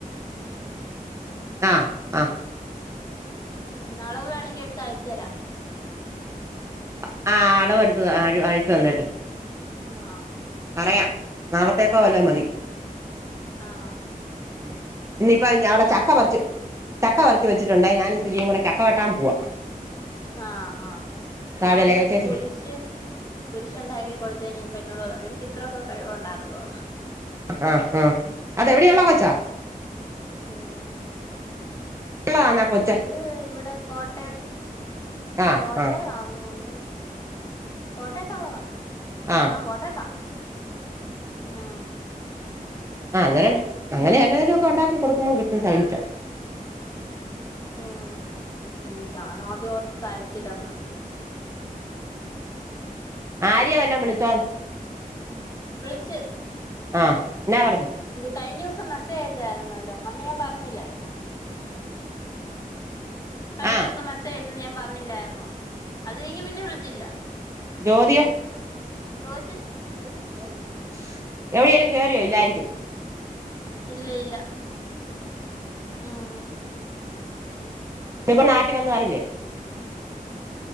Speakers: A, on the right; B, on the left.
A: ആാ ആാ
B: ഉം അളവ് വേണമെങ്കി എട്ത്ത് അയച്ച് തേരം
A: <unintelligible>
B: ആാ
A: പറയാം നാളാത്തേക്കോ വല്ലോം മതി
B: ആഹ്
A: ഉം ഇന്നയിപ്പോ
B: ഉം
A: അവടെ
B: ഞാ
A: ചക്ക പറിച്ച് ചക്ക പറത്തിച്ച് വെച്ചിട്ടേണ്ടോ ഞാനും <unintelligible> കൂടെ ചക്ക വെട്ടാൻ പോവാ
B: ആാ ആാ
A: താഴെ
B: ഞാന്
A: ലേയ ചേച്ചി
B: കുരിശ് കുരിശ് ഒണ്ടാക്കി കൊടുത്ത് കഴിഞ്ഞേപ്പോ എന്നോട് പറയുവാ നിനക്ക് ഇത്രയക്കെ കഴിവോണ്ടാര്ന്നോ
A: ആാ ആാ അത് എവടെ ഒള്ളാ കൊച്ചാ
B: ഉം
A: ഉള്ളതാന്നാ കൊച്ച്
B: അത് ഇവടെ കോട്ടയ
A: ആഹ്
B: കോട്ടയം
A: ആഹ്
B: ആന്ന് തേന്ന് കോട്ടയാത്ത് ഒള്ളാതാ
A: ആഹ്
B: ആാ കോട്ടയാത്താ ഉം
A: ആ അന്നേരം അങ്ങനെ എന്നെലും ഒക്കെ ഒണ്ടാക്കി കൊടുക്കുമ്പോം കിട്ടും ശാകലിച്ചാ
B: ഉം ഉം ഞാന് ആദ്യം ഓർത്ത് തരെത്തില്ലന്ന്
A: ആര്യാ വല്ലാം വിളിച്ചോ
B: വിളിച്ച്
A: ആാ എന്നാ പറഞ്ഞ്
B: കയിഞ്ഞ ദെവസം മെസ്സേജ് അയച്ചായിര്ന്നാല്ലോ അന്ന് ഞാൻ പറഞ്ഞില്ലാരന്നോ കഴിഞ്ഞോസം
A: ആഹ്
B: മെസ്സേജ് അയച്ചെ ന്ന് ഞാൻ പറഞ്ഞില്ലായിന്നോ അത് കയിഞ്ഞ് പിന്നെ വിളിച്ചില്ല
A: ജോതി യോ
B: ജോജ്
A: <unintelligible> എവിടൊലും കേറിയോ ഇല്ലായിരിക്കും
B: ഇല്ല ഇല്ല മ്മ്
A: <unintelligible> നാട്ടിൽ. വന്നയില്ലേ